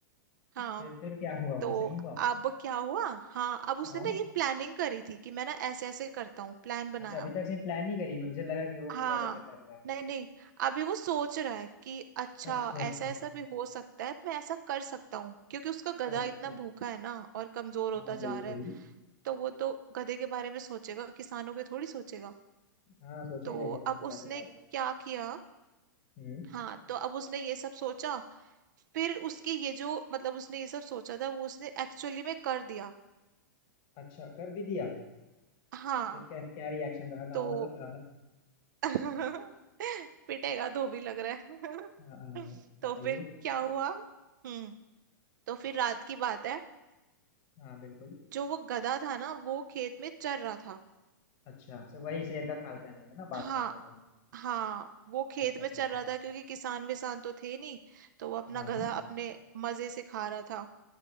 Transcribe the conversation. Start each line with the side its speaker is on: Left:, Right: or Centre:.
Right: हाँ
Left: फिर फिर क्या हुआ
Right: तो
Left: वो सही हुआ
Right: अब क्या हुआ हाँ अब उसने
Left: हाँ
Right: ना ये प्लानिंग करी थी कि मैं ना ऐसे ऐसे करता हूँ प्लान बनाया
Left: अच्छा अभी तक से प्लान नहीं करी मुझे लगा कि वो
Right: हाँ
Left: पूरा वैसा कर रहा है
Right: नहीं नहीं अभी वो सोच रहा है कि अच्छा
Left: अच्छा अच्छा
Right: ऐसा ऐसा भी हो सकता है मैं ऐसा कर सकता हूँ क्योंकि उसका गधा
Left: ओके
Right: इतना भूखा है ना और कमजोर होता
Left: हाँ बिल्कुल
Right: जा रहा है तो वो तो गधे के बारे में सोचेगा किसानों के थोड़ी सोचेगा
Left: हाँ सोचेगा
Right: तो
Left: ये अपना
Right: अब
Left: गधा
Right: उसने
Left: के बारे
Right: क्या किया
Left: में हम्म
Right: हाँ तो अब उसने ये सब सोचा फिर उसकी ये जो मतलब उसने ये सब सोचा था वो उसने एक्चुअली में कर दिया
Left: अच्छा कर भी दिया
Right: हाँ
Left: फिर क्या क्या रिएक्शन रहा गांव
Right: तो
Left: वालों का आ,
Right: <laughs> पिटेगा धोबी लग रहा है
Left: आ,
Right: <laughs> तो
Left: बताइए
Right: फिर क्या हुआ हम्म तो फिर रात की बात है
Left: हाँ बिल्कुल
Right: जो वो गधा था ना वो खेत में चर रहा था
Left: अच्छा तो वही शेर का खाल पहने हुए ना बाघ
Right: हाँ
Left: का खाल पहने हुए।
Right: हाँ वो खेत
Left: अच्छा
Right: में चर
Left: ठीक
Right: रहा
Left: है
Right: था क्योंकि किसान विसान तो थे नहीं तो वो अपना
Left: हाँ
Right: गधा अपने मजे से खा रहा था